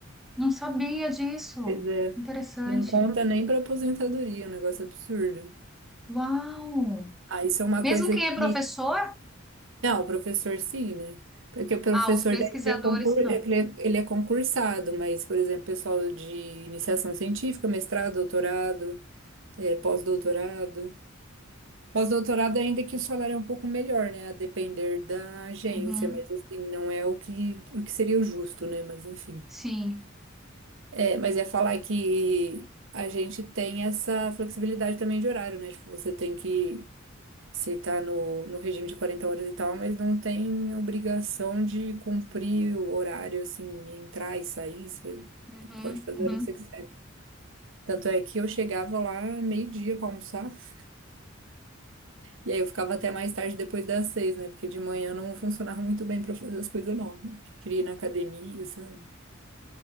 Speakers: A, in the centre; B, on the right.
A: não sabia disso.
B: Pois é,
A: Interessante.
B: não conta nem pra aposentadoria, é um negócio absurdo.
A: Uau!
B: Ah, isso é uma
A: Mesmo
B: coisa
A: quem
B: que
A: é professor?
B: Não, o professor sim, né? Porque o professor
A: Ah, os pesquisadores,
B: daí, ele é, concur...
A: não.
B: ele é, ele é concursado, mas, por exemplo, pessoal de iniciação científica, mestrado, doutorado, eh, pós-doutorado. Pós-doutorado, ainda que o salário é um pouco melhor, né? A depender da agência,
A: Uhum,
B: mas assim, não é o que, o que seria o justo, né? Mas enfim.
A: sim.
B: É, mas é falar que a gente tem essa flexibilidade também de horário, né? Tipo, você tem que você tá no, no regime de 40 horas e tal, mas não tem obrigação de cumprir o horário, assim, de entrar e sair. Você
A: Uhum,
B: pode fazer
A: uhum.
B: a hora que você quiser. Tanto é que eu chegava lá meio-dia pra almoçar. <laughs> E aí eu ficava até mais tarde depois das seis, né? Porque de manhã não funcionava muito bem pra fazer as coisas, não. Eu Queria ir na academia, sabe?